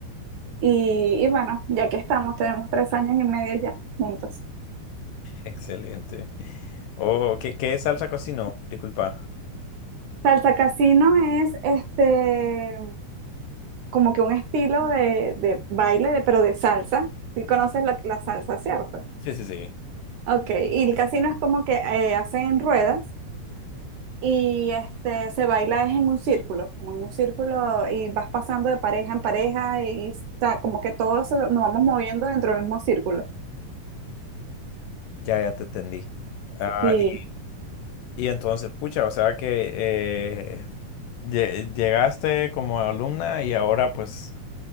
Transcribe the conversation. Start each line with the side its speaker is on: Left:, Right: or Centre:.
Right: Y, y bueno, ya que estamos, tenemos tres años y medio ya juntos.
Left: excelente. Oh, ¿qué, qué salsa cocinó? Disculpa.
Right: Salsa Casino es este. como que un estilo de, de baile, de- pero de salsa. Si conoces la, la salsa, ¿cierto?
Left: Sí, sí, sí.
Right: Ok, y el casino es como que eh, hacen ruedas y este, se baila es en un círculo, como en un círculo y vas pasando de pareja en pareja y, o sea, como que todos nos vamos moviendo dentro del mismo círculo.
Left: Ya, ya te entendí. Ah,
Right: Sí,
Left: y, y entonces, pucha, o sea que eh, lle- llegaste como alumna y ahora pues,